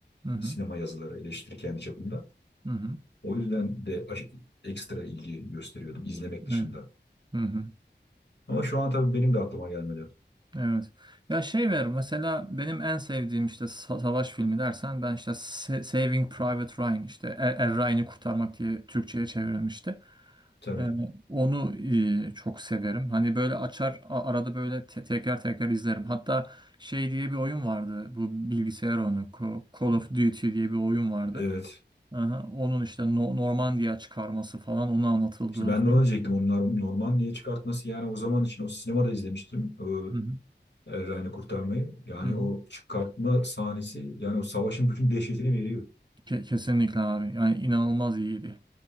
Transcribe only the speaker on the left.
Sinema yazıları eleştiri kendi çapımda.
O yüzden de aş- ekstra ilgi gösteriyordum izlemek dışında.
Ama şu an tabii benim de aklıma gelmedi.
Tabii
evet.
İşte ben
de onu diyecektim. Onlar normal niye çıkartması yani o zaman için o sinemada izlemiştim. O
El Ryan'ı kurtarmayı. Yani
o çıkartma sahnesi yani o savaşın bütün dehşetini veriyor.